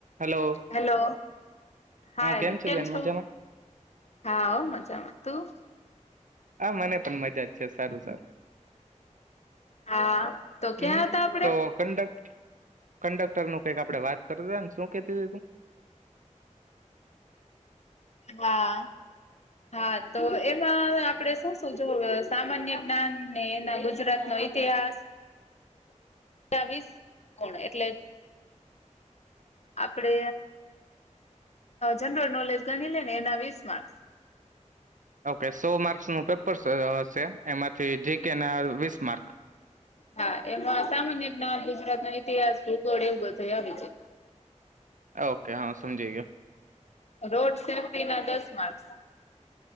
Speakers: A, on the right; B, on the left.
A: Hello
B: hello hi
A: હા છે
B: કેમ
A: બેન
B: છો?
A: મજામાં
B: હા હો મજામાં તું?
A: હા મને પણ મજા જ છે સારું સારું
B: હા તો
A: હમ
B: ક્યાં હતા આપડે
A: તો કંડક કંડક્ટર નો કે કા આપડે વાત કરતા હતા ને શું કેતી હતી તું?
B: હા હા તો એમાં આપણેે શું શું જો સામાન્ય જ્ઞાન ને એના ગુજરાત નો ઇતિહાસ વીસ ગુણ <unintelligible> એટલે આપડે જનરલ નોલેજ ગણી લે ને એના વિસ માર્ક્સ
A: ઓકે સો માર્ક ન પેપર શે એમાંથી જી કે ના વીસ માર્ક?
B: હા એમાં સામાન્ય રીતના ગુજરાત ન ઈતિહાસ ભૂગોળ એવું બધું આવી છે.
A: ઓકે હા સમજી ગયો.
B: રોડ સેફ્ટી ના દસ માર્કસ.